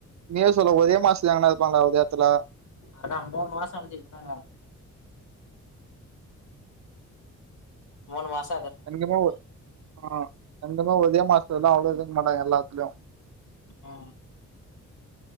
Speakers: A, on the right; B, on the left.
A: நீயே சொல்லு ஒரே மாஸ்டர் எங்கனது இருப்பாங்லா ஒரு இடத்துல
B: அதா மூணு மாசோ வந்துச்சு இருப்பாங்க மூணு மாச
A: எங்குமே ஒ ஆ எங்குமே ஒரே மாஸ்டர்ல்லா அவ்ளோ இருக்கு மாட்டாங்க எல்லாத்துலயு
B: ஆ